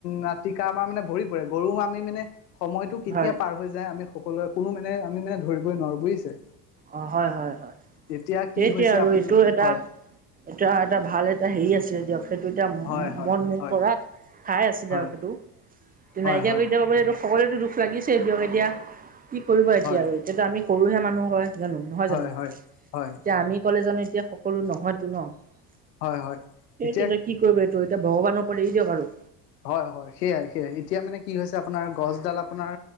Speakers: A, on the left (about 85°); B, on the right (about 20°).
A: নাটিকা আমাৰ মানে ভৰি পৰে গৰু আমি মানে সময়টো কেতিয়া
B: হয়
A: পাৰ হৈ যায় আমি সকলোৱে কোনো মানে আমি মানে ধৰিবই নোৱাৰো বুজিছে।
B: অ' হয় হয় হয়।
A: এতিয়া কি
B: সেইটে
A: হৈছে
B: আৰু
A: আপোনাৰ
B: এইটো এটা
A: হয়
B: - এটা - এটা ভাল এটা হেৰি আছিলে দিয়ক। টো এতিয়া
A: হয় হয়
B: মন মোৰ
A: হয়
B: কৰা ঠাই আছিলে
A: হয়
B: আৰু সেইটো
A: হয়
B: নাইকিয়া
A: হয়
B: কৰি এতিয়া পাবটো সকলোৱতো দুখ লাগিছে দক এতিয়া কি কৰিব এতিয়া
A: হয়
B: আৰু এতিয়াতো আমি সৰুহে মানুহ হয় জানো নহয়
A: হয়
B: জানো
A: হয় হয়
B: এতিয়া আমি ক'লে জানো এতিয়া সকলো নহয়তো ন। সেইটো
A: হয় হয় এতিয়া
B: যে কি কৰিব এইটো এতিয়া ভগৱানৰ ওপৰত এৰি দিয়ক আৰু।
A: হয়, হয় সেয়াই সেয়াই এতিয়া মানে কি হৈছে আপোনাৰ গছডাল আপোনাৰ